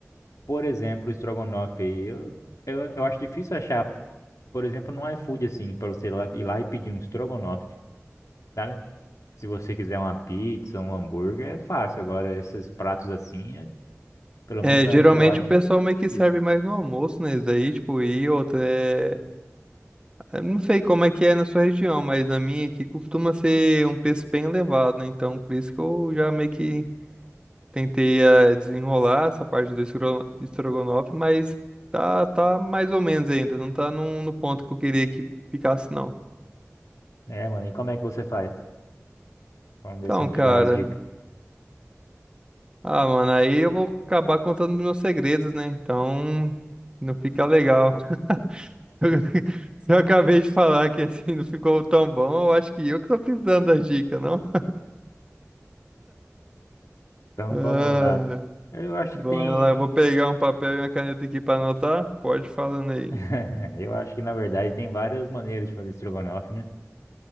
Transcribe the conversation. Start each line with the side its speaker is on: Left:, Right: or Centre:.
Left: por exemplo, o estrogonofe aí, eu, eu, eu acho difícil achar, por exemplo, no iFood, assim, pra você ir lá, ir lá e pedir um estrogonofe, sabe? Se você quiser uma pizza, um hambúrguer, é fácil. Agora, esses pratos assim, é- pelo
Right: É,
Left: menos ah,
Right: geralmente
Left: eu acho
Right: o pessoal meio que
Left: difícil.
Right: serve mais no almoço, né? Isso daí, tipo, e outra, é... eu não sei como é que é na sua região, mas na minha aqui costuma ser um preço bem elevado, né? Então, por isso que eu já meio que Tentei eh, desenrolar essa parte do estrogo- estrogonofe, mas tá, tá mais ou menos ainda. Não tá num- no ponto que eu queria que ficasse, não.
Left: É, mano, e como é que você faz? Vamos ver
Right: Então,
Left: se eu não
Right: cara.
Left: te dou umas dicas.
Right: Ah, mano, aí eu vou acabar contando meus segredos, né? Então, não fica legal. <laughs> Se eu acabei de falar que assim não ficou tão bom, eu acho que eu que tô precisando da dica, não?
Left: Então
Right: Ah,
Left: vamos lá. Eu acho
Right: bora
Left: que tem.
Right: lá, eu vou pegar um papel e uma caneta aqui pra anotar. Pode ir falando aí.
Left: <laughs> Eu acho que na verdade tem várias maneiras de fazer estrogonofe, né?